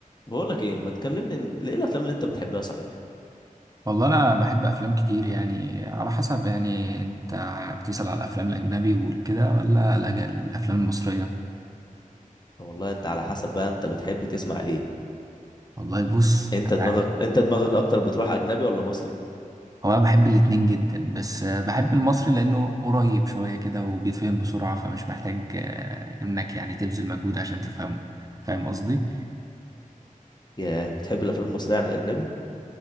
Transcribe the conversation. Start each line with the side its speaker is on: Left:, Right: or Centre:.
Left: بقول لك ايه ما تكلمني إن- ليه الافلام اللي انت بتحبها صحيح
Right: والله انا بحب افلام كتير يعني على حسب يعني انت بتسأل على الافلام الاجنبي والكده ولا لا الافلام المصرية
Left: أه والله انت على حسب بقى انت بتحب تسمع ايه
Right: والله بص
Left: انت
Right: أنا-
Left: دماغك انت دماغك اكتر بتروح اجنبي ولا مصري
Right: هو انا بحب الاتنين جدا بس بحب المصري لانه قريب شوية كده وبيتفهم بسرعة فمش محتاج آه، انك يعني تبذل مجهود عشان تفهمه فاهم قصدي
Left: ياه بتحب الافلام المصريه عن الاجنبي